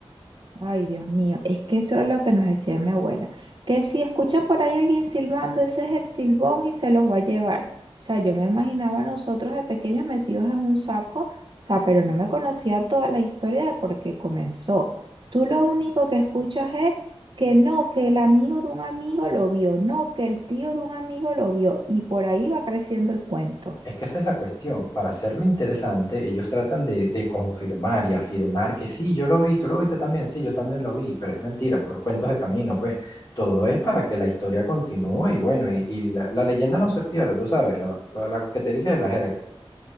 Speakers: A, on the right (about 50°); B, on the left (about 40°).
A: Ay, Dios mío, es que eso era lo que nos decía mi abuela, que si escuchan por ahí alguien silbando, ese es el silbón y se los va a llevar. O sea, yo me imaginaba a nosotros de pequeños metidos en un saco, o sea, pero no me conocía toda la historia de por qué comenzó. Tú lo único que escuchas es que no, que el amigo de un amigo lo vio, no, que el tío de un amigo lo vio, y por ahí va creciendo el cuento.
B: Es que esa es la cuestión. Para hacerlo interesante, ellos tratan de, de confirmar y afirmar que sí, yo lo vi, tú lo viste también, sí, yo también lo vi, pero es mentira, puros cuentos de camino, pues todo es para que la historia continúe y bueno, y, y la, la leyenda no se pierda, tú sabes, lo, lo- lo que te dije de la jerga.